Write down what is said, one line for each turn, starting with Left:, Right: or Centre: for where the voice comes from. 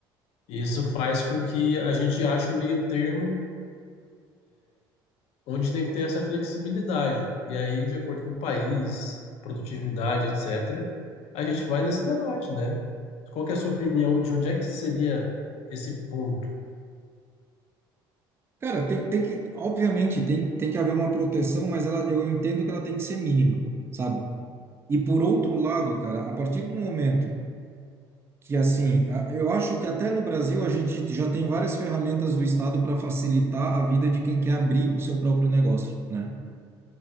Left: E isso faz com que a gente ache um meio termo onde tem que ter essa flexibilidade. E aí, de acordo com o país, produtividade, etc., a gente vai nesse debate, né? Qual que é a sua opinião de onde é que seria esse ponto?
Right: Cara, tem, tem que, obviamente, tem, tem que haver uma proteção, mas ela, eu entendo que ela tem que ser mínima, sabe? E por outro lado, cara, a partir do momento que assim, a- eu acho que até no Brasil a gente já tem várias ferramentas do Estado para facilitar a vida de quem quer abrir o seu próprio negócio, né?